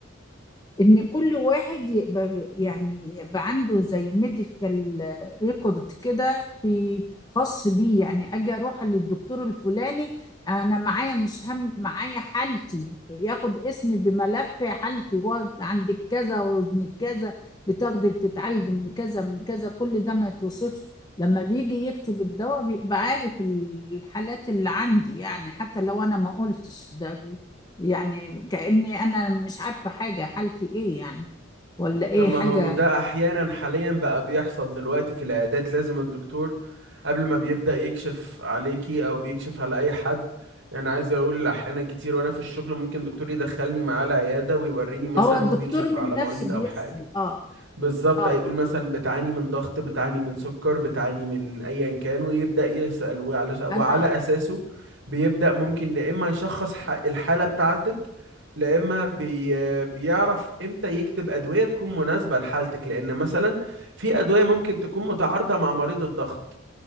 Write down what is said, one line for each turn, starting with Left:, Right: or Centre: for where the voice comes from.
Left: ان كل واحد يبقى يعني يبقى عنده زي ميديكال ريكورد كده في خاص بيه يعني اجي اروح للدكتور الفلاني انا معايا مش هم معايا حالتي ياخد اسمي بملف حالتي وقعد عندك كذا وزنك كذا بتاخدي بتتعالجي من كذا من كذا كل ده ما يتوصفش لما بيجي يكتب الدواء بيبقى عارف الحالات اللي عندي يعني حتى لو انا ما قلتش ده يعني كأني أنا مش عارفة حاجة حالتي إيه يعني ولا إيه
Right: طب ما
Left: حاجة
Right: هو ده احيانا حاليا بقى بيحصل دلوقتي في العيادات لازم الدكتور قبل ما بيبدأ يكشف عليكي او بيكشف على اي حد يعني عايز اقول احيانا كتير وانا في الشغل ممكن دكتور يدخلني معاه العيادة ويوريني مثلا
Left: هو الدكتور
Right: هو بيكشف
Left: من
Right: على
Left: نفسه
Right: مريض
Left: بيسأل
Right: او حاجة
Left: آه
Right: بالظبط
Left: آه
Right: هيقول مثلا بتعاني من ضغط بتعاني من سكر بتعاني من ايا كان ويبدأ يسأل وعلى وعلى
Left: أنا
Right: اساسه بيبدأ ممكن يا اما يشخص ح- الحالة بتاعتك لا اما بي بيعرف امتى يكتب ادوية تكون مناسبة لحالتك لان مثلا في ادوية ممكن تكون متعارضة مع مريض الضغط